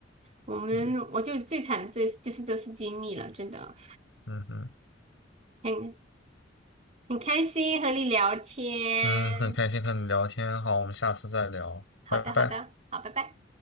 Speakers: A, on the right (about 35°); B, on the left (about 90°).
A: 我们我就最惨的这就是这次经历了，
B: 嗯
A: 真的
B: 嗯嗯
A: 很很开心和你聊天。
B: 嗯，很开心和你聊天，好，我们下次再聊，
A: 好的，
B: 拜拜。
A: 好的，好，拜拜。